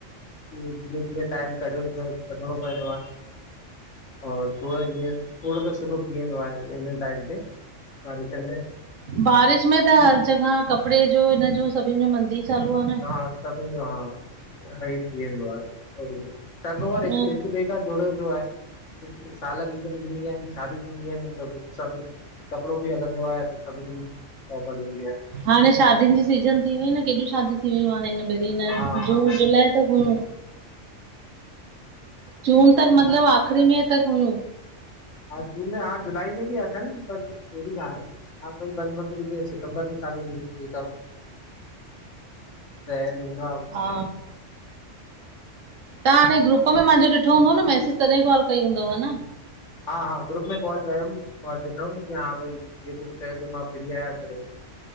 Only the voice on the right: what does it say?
बारिश में त हर जॻह कपिड़े जो हिन जो सभिनि जो मंदी चालू आ न
हम्म
हाणे शादियूंन जी सीजन थी वई न केॾियूं शादी थी वयूं हाणे हिन में हिनिन
जून
जुलाई त हुयूं जून तक मतलब
आख़िरी मे तक हुयूं
हा तां हाणे ग्रुप मां मुंहिंजो ॾिठो हूंदो न मैसेज तॾहिं कॉल कई हूंदव हा न